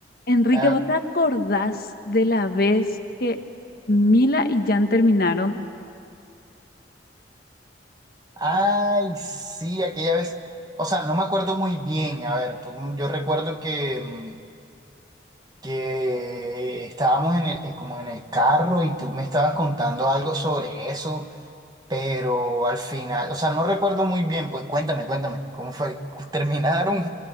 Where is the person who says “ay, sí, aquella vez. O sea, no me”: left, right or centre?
Right